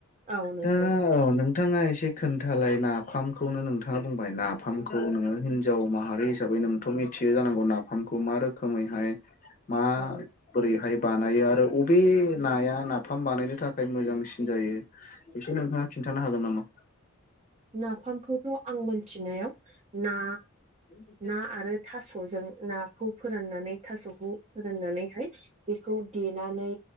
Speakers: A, on the right; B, on the left.
A: औ नंगौ
B: दा औ नोंथाङा एसे खोन्थालाय ना नाफामखौनो नोंथाङा बुंबाय नाफामखौ नोङो हिनजाव माहारि हिसाबै नोंथ' मिथियो जानांगौ नाफाम खौ मा रोखोमैहाय माबोरैहाय
A: औ
B: बानायो आरो अबे नाया नाफाम बानायनो थाखाय मोजांसिन जायो एसे नोंथाङा खिन्थानो हागोन नामा?
A: नाफामखौथ' आं मोनथिनायाव ना
B: <inaudible>
A: ना आरो थास'जों नाखौ फोराननानै थास'खौ फोराननानैहाय बेखौ देनानै